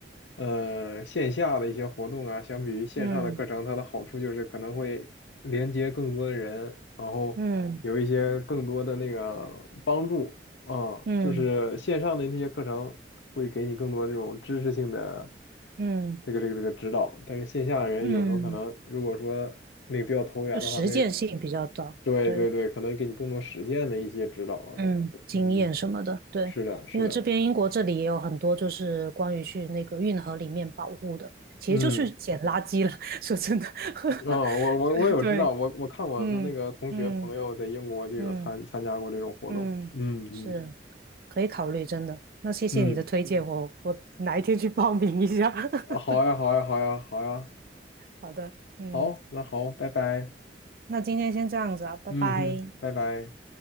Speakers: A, on the left (about 90°); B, on the right (about 55°).
A: 呃线下的一些活动啊，相比于线上的课程，
B: 嗯
A: 它的好处就是可能会连接更多的人，然后有一些更多的那个帮助。
B: 嗯
A: 哦，
B: 嗯
A: 就是线上的那些课程会给你更多这种知识性的
B: 嗯嗯
A: 这个这个这个指导，但是线下的人有时候可能如果说那个比较投缘的话，
B: 嗯，就实践性比较高，
A: 没人，对对对，
B: 对。
A: 可能给你更多实践的一些指导啊等等会，
B: 嗯，经验什么的，
A: 嗯，
B: 对，
A: 是的，是的，
B: 因为这边英国这里也有很多就是关于去那个运河里面保护的，其实就是捡垃圾了。
A: 嗯，
B: <laughs> 说真的，<laughs>
A: 哦，我我我有知道，
B: 就是对，
A: 我我看我的那个同学朋友在英国就有参参加过这种活动，
B: 嗯嗯嗯嗯，
A: 嗯嗯
B: 是可以考虑，真的。那谢谢你的推荐，
A: 嗯，
B: 我我哪一天去报名一下。<laughs>
A: 啊好呀好呀好呀好呀，
B: 好的，嗯，
A: 好，那好，拜拜，
B: 那今天先这样子啊，拜拜。
A: 嗯哼，拜拜。